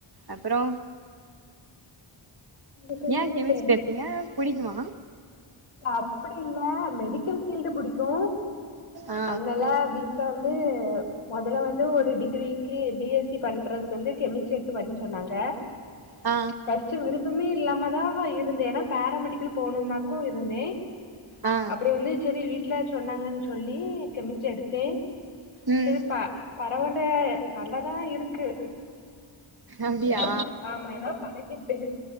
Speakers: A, on the right; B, on the left.
A: அப்புறோ
B: எனக்கு வந்து
A: ஏன் கெமிஸ்ட்ரி
B: சரி,
A: எடுத்தீங்க புடிக்குமா
B: அப்படி இல்ல மெடிக்கல் ஃபீல்டு புடிக்கும்
A: ஆ
B: அதனால வீ வீட்ல வந்து மொதல்ல வந்து ஒரு டிகிரி க்கு பி எஸ் சி பண்றதுக்கு வந்து கெமிஸ்ட்ரி எடுத்து பண்ணு சொன்னாங்க
A: ஆ
B: ஃபர்ஸ்ட் விருப்பமே இல்லாம தா இருந்தேன் ஏன்னா பராமெடிக்கல் போணும்னாக்கும் இருந்தேன்
A: ஆ
B: அப்புறோ வந்து செரி வீட்ல சொன்னாங்கன்னு சொல்லி கெமிஸ்ட்ரி எடுத்தேன்
A: ம்
B: செரி ப பரவாயில நல்லதா இருக்கு
A: அப்டியா
B: எல்லா ஆமா எல்லா பழக்கி ட்டு